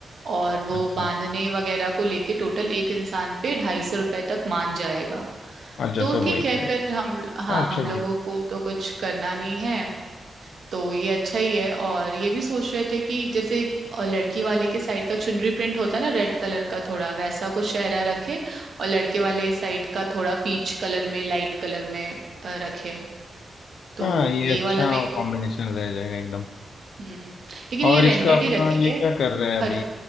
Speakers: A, on the right; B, on the left.
A: और वो
B: अच्छा
A: बांधने वगैरह को लेके टोटल एक इंसान पे ढाई सौ रुपए तक मान जाएगा
B: अच्छा
A: तो
B: सब
A: ठीक
B: वही करेगा
A: है फिर हम हाँ
B: हाँ
A: हम
B: चलिए
A: लोगों को तो कुछ करना नहीं है तो ये अच्छा ही है और ये भी सोच रहे थे कि जैसे अ, लड़की वाले के साइड का चुनरी प्रिंट होता है ना रेड कलर का थोड़ा वैसा कुछ शहरा रखे और लड़के वाले साइड का थोड़ा पीच कलर में लाइट कलर में अ, रखे तो
B: हाँ ये
A: ये
B: अच्छा
A: वाला मेरे
B: कॉम्बिनेशन
A: को
B: रह जाएगा एकदम
A: हम्म लेकिन
B: और
A: ये रेंटेड
B: इसका अपना
A: ही रखेंगे
B: ये क्या कर रहे हैं
A: खर
B: अभी